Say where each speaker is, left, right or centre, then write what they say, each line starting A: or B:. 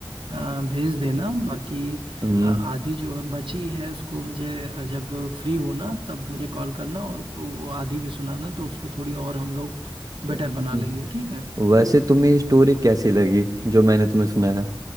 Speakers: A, on the right (about 75°); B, on the right (about 45°).
A: अ, भेज देना बाकी
B: हम्म
A: अ, आधी जो है बची है उसको मुझे अ, जब फ्री होना तब मुझे कॉल करना और वो आधी भी सुनाना तो उसको थोड़ी और हम लोग बेटर
B: हम्म।
A: बना लेंगे ठीक है
B: वैसे तुम्हें स्टोरी कैसी लगी जो मैंने तुम्हें सुनाया